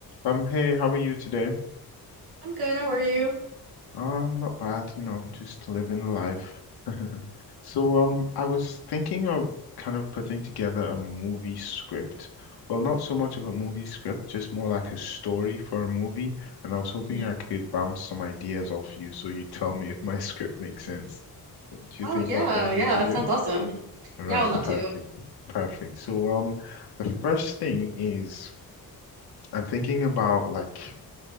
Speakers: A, on the left (about 80°); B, on the right (about 75°).
A: Um, hey, how are you today?
B: I'm good. How are you?
A: Uh, I'm not bad, you know, just living life. <laughs> So, um, I was thinking of kind of putting together a movie script. Well, not so much of a movie script, just more like a story for a movie. And I was hoping
B: hmm
A: I could bounce some ideas off you so you tell me if my <laughs> script makes sense. Do
B: Oh
A: you think
B: yeah,
A: that's something
B: yeah.
A: you could
B: That
A: do?
B: sounds awesome.
A: Right,
B: Yeah, I would love to.
A: perfect. Perfect. So, um, the first thing is I'm thinking about like